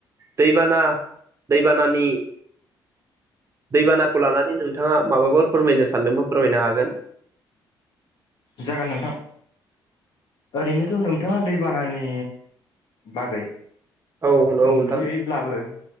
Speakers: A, on the right; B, on the left.
A: दैबाना दैबानानि दैबानाखौ लानानै नोंथाङा माबाफोर फोरमायनो सानदोंबा फोरमायनो हागोन।
B: जागोन नोंथां। ओरैनोथ' नोंथाङा दैबानानि बागै
A: औ नोंथां
B: सुंन्दुयैब्लाबो